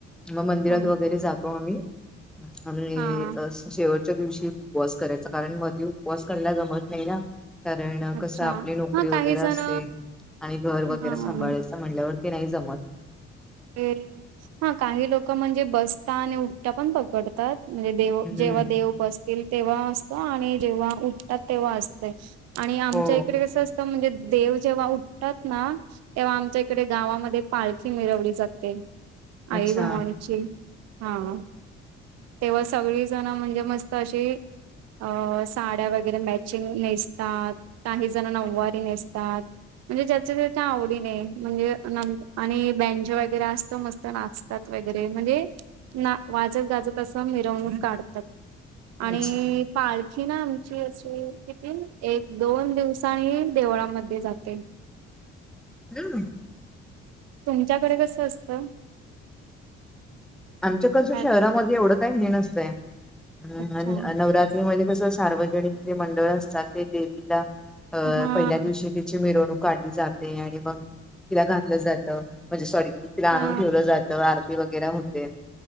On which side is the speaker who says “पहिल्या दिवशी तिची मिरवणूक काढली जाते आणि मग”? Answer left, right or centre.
Centre